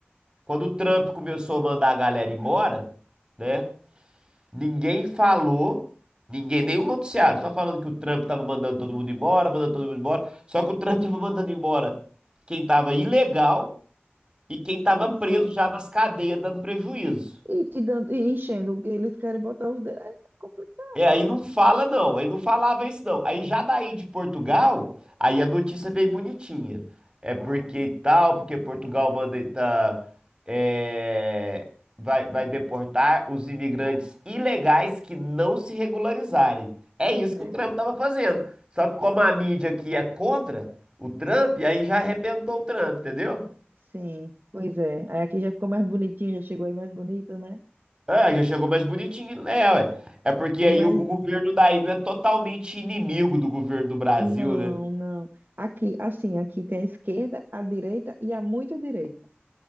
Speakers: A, on the right; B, on the right.
A: quando o Trump começou a mandar a galera embora, né? Ninguém falou, ninguém, nenhum noticiário, só falando que o Trump tava mandando todo mundo embora, mandando todo mundo embora. Só que o Trump tava mandando embora quem tava ilegal e quem tava
B: pois
A: preso
B: é.
A: já nas cadeias dando prejuízo.
B: E, te dando, e enchendo, eles querem botar os dedos, é complicado.
A: É, aí não fala não, aí não falava isso não. Aí já daí de Portugal, aí a notícia veio bonitinha. É porque tal, porque Portugal manda tá, é, vai, vai deportar os imigrantes ilegais que não se regularizarem. É
B: Pois
A: isso
B: é,
A: que o Trump estava fazendo. Só que como a mídia aqui é contra o Trump, aí já arrebentou o Trump, entendeu?
B: sim, pois é. Aí aqui já ficou mais bonitinho, já chegou aí mais bonito, né?
A: Ah, já chegou mais bonitinho. É, ué. É porque aí
B: Mas
A: o, o governo daí não é totalmente inimigo do governo do Brasil,
B: Não,
A: né?
B: não. Aqui, assim, aqui tem a esquerda, a direita e a muito direita,